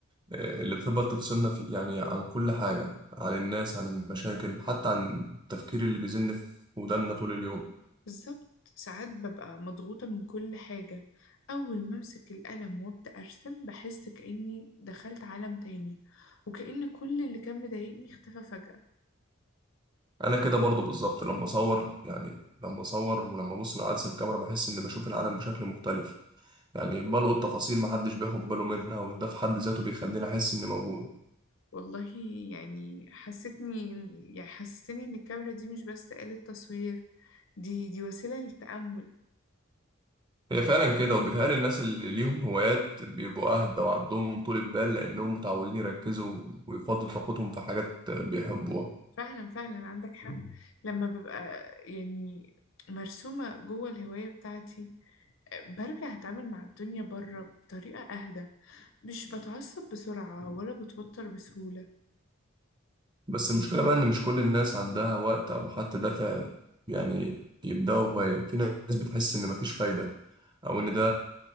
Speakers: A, on the right; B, on the left.
A: اللي بتفضل تفصلنا في يعني عن كل حاجه عن الناس عن المشاكل حتى عن التفكير اللي بيزن في ودانا طول اليوم
B: بالظبط ساعات ببقى مضغوطة من كل حاجة أول ما أمسك القلم وأبدأ أرسم بحس كأني دخلت عالم تاني وكأن كل اللي كان مضايقني اختفى فجأة
A: انا كده برضو بالظبط لما اصور يعني لما اصور ولما ابص من عدسه الكاميرا بحس اني بشوف العالم بشكل مختلف يعني بلقط تفاصيل محدش بياخد باله منها وده في حد ذاته بيخليني احس اني موجود
B: والله يعني حسيتني إن- يعني حسستني ان الكاميرا دي مش بس آلة تصوير دي دي وسيلة للتأمل
A: هي فعلا كده وبيتهيألي الناس اللي ليهم هوايات بيبقوا اهدى وعندهم طول بال لانهم متعودين يركزوا ويفضوا طاقتهم في حاجات بيحبوها
B: فعلا فعلا عندك حق لما ببقى يعني مرسومة جوه الهواية بتاعتي برجع أتعامل مع الدنيا بره بطريقة أهدى مش بتعصب بسرعة ولا بتوتر بسهولة
A: بس المشكله بقى ان مش كل الناس عندها وقت او حتى دافع يعني يبداوا هوايه في ناس بتحس ان مفيش فايده او ان ده